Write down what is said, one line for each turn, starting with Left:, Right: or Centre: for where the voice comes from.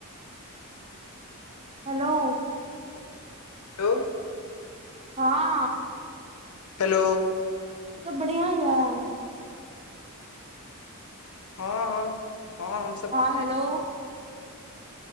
Right: हेलो।
Left: हेलो।
Right: हां।
Left: हेलो।
Right: और सब बढ़िआं ये।
Left: हँ हँ हँ हमसभ
Right: हँ हेलो